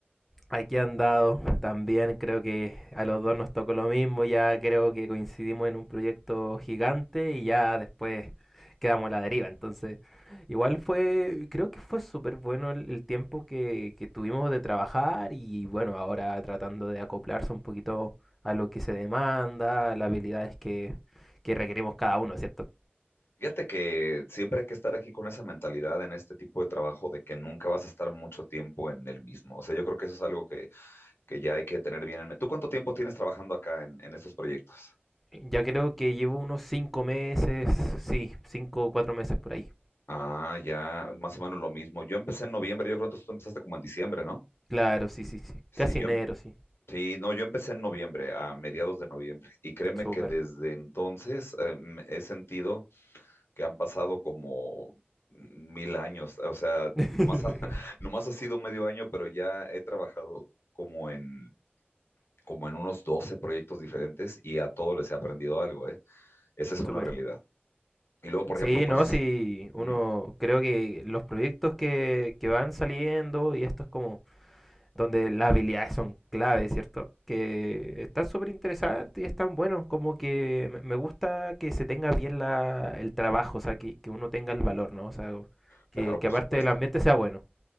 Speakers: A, in the centre; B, on the left.
A: Aquí han dado también, creo que a los dos nos tocó lo mismo, ya creo que coincidimos en un proyecto gigante y ya después quedamos a la deriva. Entonces, igual fue, creo que fue súper bueno el, el tiempo que, que tuvimos de trabajar y bueno, ahora tratando de acoplarse un poquito a lo que se demanda, a las habilidades que, que requerimos cada uno, ¿cierto?
B: Fíjate que siempre hay que estar aquí con esa mentalidad en este tipo de trabajo de que nunca vas a estar mucho tiempo en el mismo. O sea, yo creo que eso es algo que, que ya hay que tener bien en mente. ¿Tú cuánto tiempo tienes trabajando acá en, en estos proyectos?
A: Ya creo que llevo unos cinco meses, sí, cinco o cuatro meses por ahí.
B: Ah, ya, más o menos lo mismo. Yo empecé en noviembre, yo creo que tú empezaste como en diciembre, ¿no?
A: Claro, sí, sí, sí.
B: Sí,
A: Casi
B: yo,
A: enero,
B: em-
A: sí.
B: sí, no, yo empecé en noviembre, a mediados de noviembre. Y créeme
A: Súper.
B: que desde entonces em, he sentido que han pasado como mil años, o sea,
A: <laughs>
B: nomás ha, <laughs> nomás ha sido medio año, pero ya he trabajado como en, como en unos 12 proyectos diferentes y a todos les he aprendido algo, ¿eh? Esa es una
A: Súper.
B: realidad. Y luego, por
A: Sí,
B: ejemplo, pues,
A: no, sí, uno
B: ujú,
A: creo que los proyectos que, que van saliendo y esto es como donde las habilidades son clave, ¿cierto? Que están súper interesantes y están buenos, como que me me gusta que se tenga bien la, el trabajo, o sea, que, que uno tenga el valor, ¿no? O sea,
B: claro,
A: que, que
B: por
A: aparte
B: supuesto.
A: del ambiente sea bueno.